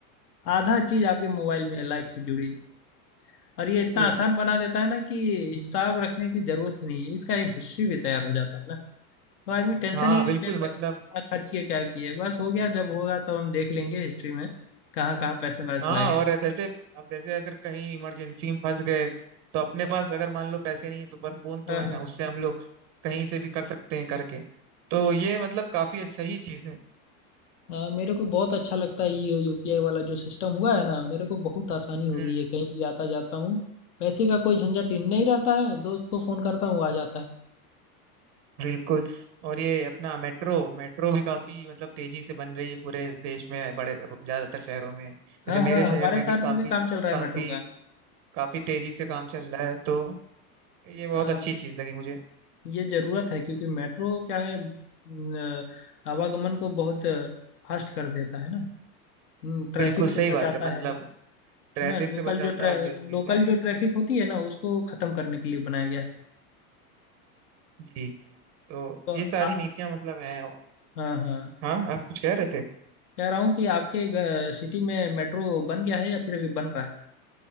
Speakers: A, on the left (about 85°); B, on the right (about 25°).
A: आधा चीज आपके मोबाइल में लाइफ से जुड़ी है और ये इतना
B: कूल
A: आसान बना देता है ना कि हिसाब रखने की जरूरत ही नहीं है इसका एक हिस्ट्री भी तैयार हो जाता है ना तो आदमी टेंशन
B: हाँ
A: ही नहीं
B: बिल्कुल
A: लेता
B: मतलब
A: कि कितना खर्च किया क्या किया बस हो गया जब होगा तब हम देख लेंगे हिस्ट्री में कहाँ कहाँ पैसे मेरा चला
B: हाँ
A: गया
B: और जैसे अब जैसे अगर कहीं इमरजेंसी में फंस गए तो अपने पास अगर मान लो पैसे नहीं है तो पर फोन तो
A: हाँ
B: है
A: हाँ
B: ना उससे हम लोग कहीं से भी कर सकते हैं करके तो ये मतलब काफी अच्छा ही चीज है
A: आ, मेरे को बहुत अच्छा लगता है ये यूपीआई वाला जो सिस्टम हुआ है ना मेरे को बहुत आसानी हो
B: हम्म
A: गई है कहीं भी आता जाता हूँ पैसे का कोई झंझट ही नहीं रहता है दोस्त को फोन करता हूँ आ जाता है
B: बिल्कुल और ये अपना मेट्रो मेट्रो भी काफी मतलब तेजी से बन रही है पूरे देश में बड़े ज्यादातर शहरों में
A: हाँ
B: जैसे मेरे
A: हाँ
B: शहर
A: हमारे
B: में
A: शहर
B: भी काफी
A: में भी काम चल रहा है
B: काफी
A: मेट्रो का
B: काफी तेजी से काम चल रहा है तो ये बहुत
A: हाँ
B: अच्छी चीज लगी मुझे
A: ये जरूरत है क्योंकि मेट्रो क्या है न, आवागमन को बहुत फास्ट कर देता है ना ट्रैफिक
B: बिल्कुल
A: से
B: सही
A: बचाता
B: बात है मतलब
A: है है
B: ट्रैफिक
A: ना लोकल
B: से बचाता
A: जो ट्रै
B: है आप जल्दी
A: लोकल
B: जा सकते
A: जो ट्रैफिक
B: हैं
A: होती है ना उसको खत्म करने के लिए बनाया गया है
B: जी तो
A: तो
B: ये सारी
A: आप
B: नीतियां मतलब हैं
A: हाँ हाँ
B: हाँ आप कुछ कह रहे थे
A: कह रहा हूँ कि आपके ग- सिटी में मेट्रो बन गया है या फिर अभी बन रहा है